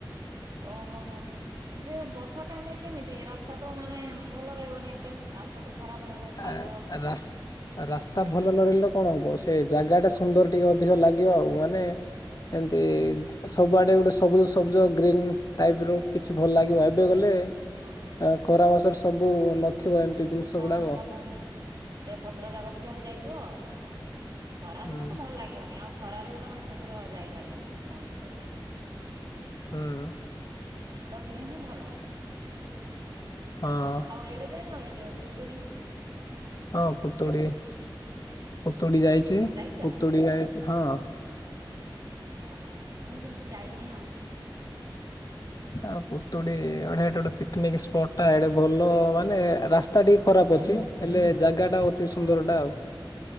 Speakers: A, on the right; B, on the left.
A: ଓହୋ ହୋ ଯେ ବର୍ଷା ଟାଇମ ରେ କେମିତି ରାସ୍ତା ତ ମାନେ ଭଲ ରହିବନି ଏତେ ଆ ତ ତ ଖରାପ ରହିବ କାଦୁଅ
B: ଆ ରାସ୍ ରାସ୍ତା ଭଲ ନ ରିଲେ କଣ ହବ ସେ ଜାଗା ଟା ସୁନ୍ଦର ଟିକେ ଅଧିକ ଲାଗିବ। ଆଉ ମାନେ ଏତି ସବୁଆଡେ ଗୋଟେ ସବୁଜ ସବୁଜ ଗ୍ରୀନ୍ ଟାଇପ ର କିଛି ଭଲ ଲାଗିବ। ଏବେ ଗଲେ
A: ହଁ
B: ଆ ଖରା ମାସରେ ସବୁ ନଥିବ ଏମିତି ଜିନିଷ
A: ହଁ
B: ଗୁଡାକ।
A: ସବୁ ସେ ପତ୍ର ଯାକ ବି ଝଡ଼ି ଯାଇଥିବ ଖରା
B: ହୁଁ
A: ଦିନ ତ ଭଲ ଲାଗିବନି ଆଉ ଖରାରେ ବି ତମେ ଏତେ ଦୂର ଯାଇପାରିବନି ବୁଲାବୁଲି କରିବା ପାଇଁ।
B: ହୁଁ
A: ଶୀତ ଦିନେ ହିଁ ଭଲ।
B: ହଁ
A: ଆଉ ଇଏରେ ଯାଇନ ଏ ଯୋଉ ପୂତୁଡ଼ି
B: ହଁ ପୁତୁଡ଼ି। ପୁତୁଡ଼ି ଯାଇଛି।
A: ଯାଇଛ
B: ପୁତୁଡ଼ି ଯାଇ ହଁ।
A: ଓହୋ ମୁଁ କିନ୍ତୁ ଯାଇନି ଆଉ।
B: ଆଉ ପୁତୁଡି ଗୋଟେ ପିକନିକ୍ ସ୍ପଟ୍ ଟା ଭଲ ମାନେ ରାସ୍ତା ଟିକେ ଖରାପ ଅଛି। ହେଲେ ଜାଗା ଅତି ଟା ସୁନ୍ଦର
A: ଅ ହଁ
B: ଟା ଆଉ।